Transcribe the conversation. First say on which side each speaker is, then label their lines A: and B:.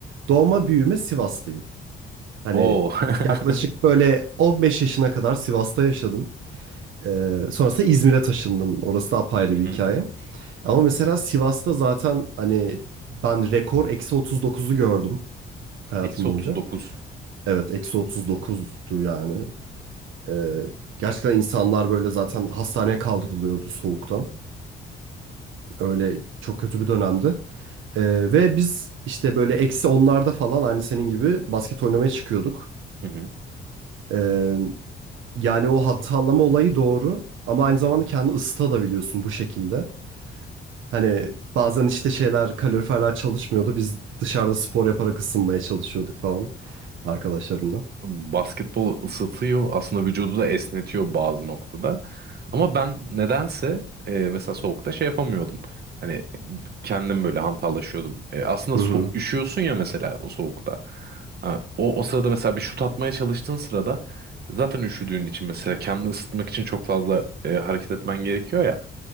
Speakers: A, on the right; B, on the right.
A: doğma büyüme Sivaslıyım. Hani
B: <laughs> Oo. <laughs>
A: yaklaşık böyle 15 yaşına kadar Sivas'ta yaşadım. E, sonrasında İzmir'e taşındım. Orası da apayrı
B: Hı hı.
A: bir hikaye. Ama mesela Sivas'ta zaten hani ben rekor eksi 39'u gördüm hayatım
B: Eksi
A: boyunca.
B: 39.
A: Evet eksi 39'du yani. Ee, gerçekten insanlar böyle zaten hastaneye kaldırılıyordu soğuktan. Öyle çok kötü bir dönemdi. Ee, ve biz işte böyle eksi onlarda falan aynı senin gibi basket oynamaya çıkıyorduk.
B: Hı hı.
A: Ee, yani o hatırlama olayı doğru. Ama aynı zamanda kendini ısıtabiliyorsun bu şekilde. Hani bazen işte şeyler kaloriferler çalışmıyordu. Biz dışarıda spor yaparak ısınmaya çalışıyorduk falan arkadaşlarımla.
B: Basketbol ısıtıyor aslında vücudu da esnetiyor bazı noktada. Ama ben nedense e, mesela soğukta şey yapamıyordum. Hani kendim böyle hantallaşıyordum. E, aslında
A: Hı
B: so
A: hı.
B: üşüyorsun ya mesela o soğukta. Ha, o, o sırada mesela bir şut atmaya çalıştığın sırada zaten üşüdüğün için mesela kendini ısıtmak için çok fazla e, hareket etmen gerekiyor ya.